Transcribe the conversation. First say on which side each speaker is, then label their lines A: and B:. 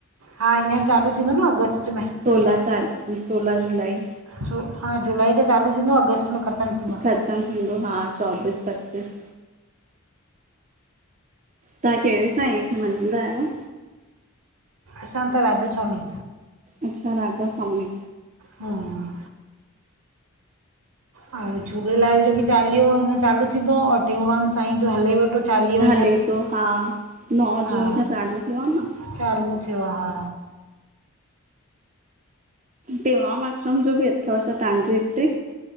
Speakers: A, on the right; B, on the right.
A: हा हींअर चालू थींदो न अगस्त में
B: सोलहां चालू सोलह जुलाई।
A: छो, हा जुलाई खे चालू थींदो आहे। अगस्त में ख़तमु थींदो आहे।
B: ख़तमु थींदो। हा, चोबीस पचीस तव्हां कहिड़े सांईअ खे मञंदा आहियो?
A: असां त राधस्वामी।
B: अच्छा राधा स्वामी।
A: हम्म। और झूलेलाल जो बि चालीहो हाणे चालू थींदो और टेऊंराम साईं जो हले वेठो चालीहो हींअर
B: हले पों, हा नौ
A: हा
B: जून खां चालू थियो आहे न।
A: चालू थियो हा।
B: टेऊराम आश्रम जो बि अथव छा तव्हांजे हिते?